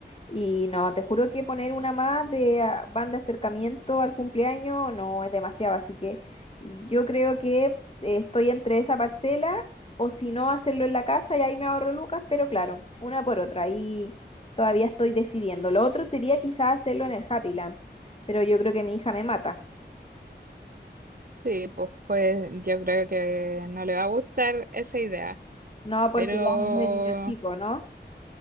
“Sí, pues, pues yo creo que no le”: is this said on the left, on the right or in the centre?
Right